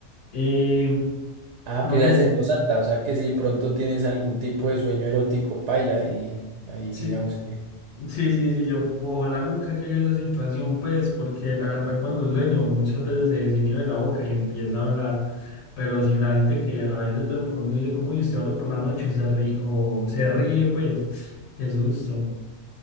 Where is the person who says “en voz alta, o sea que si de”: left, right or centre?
Right